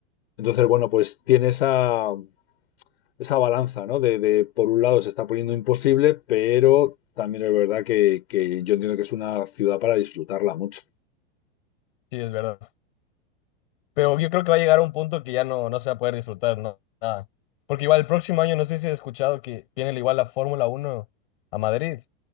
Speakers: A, on the left (about 70°); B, on the left (about 55°).
A: Entonces, bueno, pues tiene esa, esa balanza, ¿no? De, de, por un lado se está poniendo imposible, pero también es verdad que, que, yo entiendo que es una ciudad para disfrutarla mucho.
B: Sí, es verdad. Pero yo creo que va a llegar a un punto que ya no, no se va a poder disfrutar, no, nada. Porque igual el próximo año, no sé si has escuchado que viene igual la Fórmula Uno a Madrid.